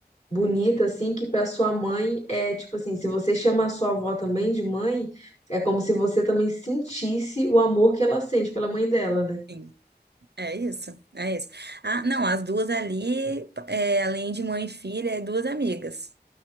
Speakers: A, on the left; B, on the right.
A: bonita, assim, que pra sua mãe é tipo assim: se você chama a sua avó também de mãe, é como se você também sentisse o amor que ela sente pela mãe dela, né?
B: Sim, é isso, é isso. Ah, não, as duas ali, é, além de mãe e filha, é duas amigas.